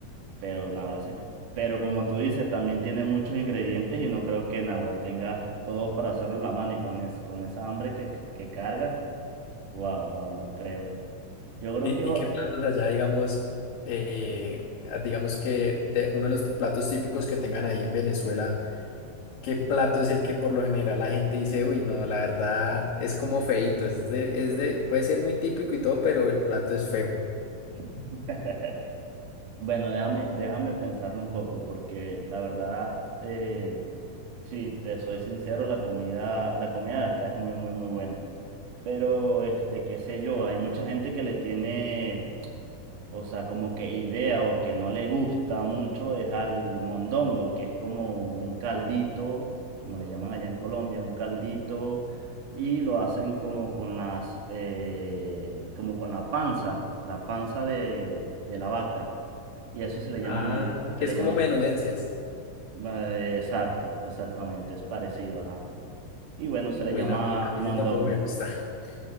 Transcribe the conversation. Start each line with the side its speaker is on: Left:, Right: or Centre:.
Right: Pero Naura se... escu- Pero como tú dices, también tiene muchos ingredientes y no creo que Naura tengas todos para hacerlo en la mano y con, es- con esa hambre que, que carga. Wow, wow, no creo. Yo creo
Left: ¿Y,
Right: que... va-
Left: y qué platos allá, digamos, eh, ah, digamos que de uno de los platos típicos que tengan ahí en Venezuela, qué plato es el que por lo general la gente dice, uy, no, la verdad es como feíto, es de, es de, puede ser muy típico y todo, pero el plato es feo.
Right: <laughs> Bueno, déjame, déjame pensarlo un poco porque la verdad... eh, Si te soy sincero, la comida, la comida de acá es muy, muy, muy buena. Pero, este, qué sé yo, hay mucha gente que le tiene, o sea, como que idea o que no le gusta mucho es al mondongo, que es como un caldito, como le llaman allá en Colombia, un caldito, y lo hacen como con las, eh, como con la panza, la panza de, de la vaca. Y a eso se le llama,
Left: Ah,
Right: mon-
Left: que
Right: se
Left: es
Right: le
Left: como
Right: llama,
Left: menudencias.
Right: eh, exacto, exactamente, es parecido, ajá. Y bueno, se le
Left: Uy,
Right: llama
Left: no, a mí, a mí
Right: mondongo.
Left: ese tampoco me gusta. <laughs>